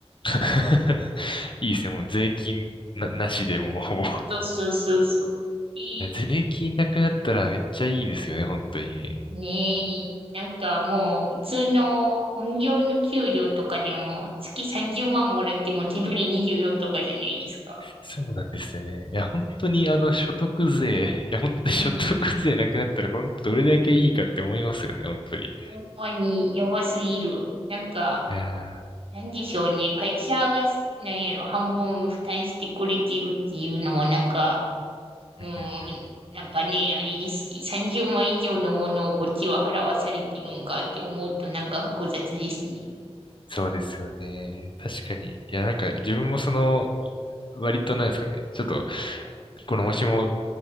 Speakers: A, on the left (about 50°); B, on the right (about 55°).
A: <laughs> いいですね。もう税金な、なしでもうほぼい
B: そうそうそうそう。いい
A: や <laughs> 税金なくなったらめっちゃいいですよね、本当に。
B: ねえ。なんかもう、普通の本業の給料とかでも、月30万もらっても手取り24とかじゃないですか。
A: そうなんですね。いや、本当にあの所得税、いや、本当に
B: うん。
A: <laughs> 所得税なくなったら本当どれだけいいかって思いますよね、本当に。
B: ほんまにやばすぎる。なんか、
A: いや
B: なんでしょうね。会社が、なんやろ、半分負担してくれてるっていうのも、なんか、うん、
A: ー、うんうんうん。
B: なんかね、あれですし、30万以上のものをこっちは払わされてるんかって思うと、なんか複雑ですね。
A: そうですよね。確かに。いや、なんか自分もその、割となんですかね。ちょっと、このもしも、